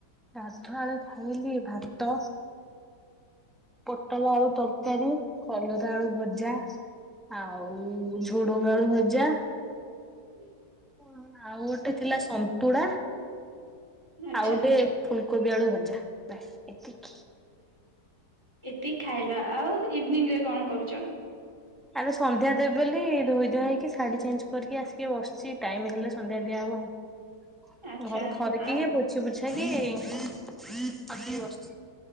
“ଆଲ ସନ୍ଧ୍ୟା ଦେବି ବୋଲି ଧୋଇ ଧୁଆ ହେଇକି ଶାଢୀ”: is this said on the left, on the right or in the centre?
Centre